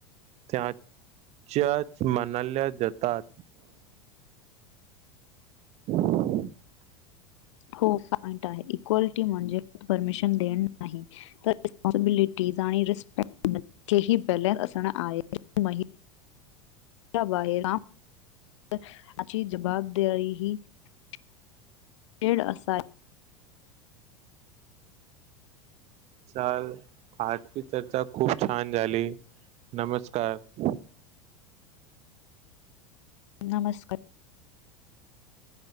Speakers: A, on the right; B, on the left.
A: त्याच्याच मनाल्या जातात. <inaudible>
B: हो पॉंईट आहे इक्वालिटी म्हणजे परमिशन देनं आहे. तर फॉर्मलिटीझ आणि रिस्पेक्टचेही बॅलेन्स असण आहे मही त बाहेर <unintelligible> अची जबाबदारीही खेळ असा
A: चाल आजकी चर्चा खूप छान झाली. नमस्कार
B: नमस्कार